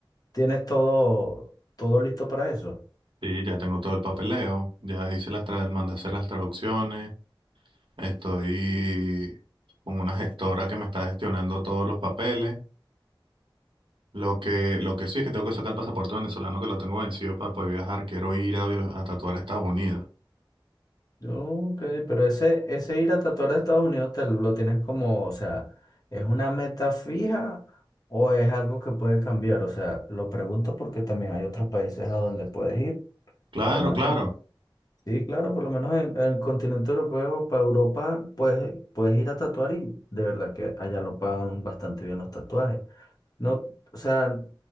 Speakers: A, on the left; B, on the right.
A: tienes todo, todo listo para eso.
B: Sí, ya tengo todo el papeleo, ya hice las tra- mandé a hacer las traducciones, estoy con una gestora que me está gestionando todos los papeles. Lo que, lo que sí es que tengo que sacar el pasaporte venezolano que lo tengo vencido para poder viajar. Quiero ir a, vi- a tatuar a Estados Unidos.
A: Ok, pero ese, ese ir a tatuar a Estados Unidos te lo tienes como, o sea, ¿es una meta fija o es algo que puede cambiar? O sea, lo pregunto porque también hay otros países a donde puedes ir,
B: Claro,
A: por lo menos
B: claro.
A: Sí, claro, por lo menos en, en el continente europeo, para Europa, puedes, puedes ir a tatuar y de verdad que allá lo pagan bastante bien los tatuajes. No, o sea,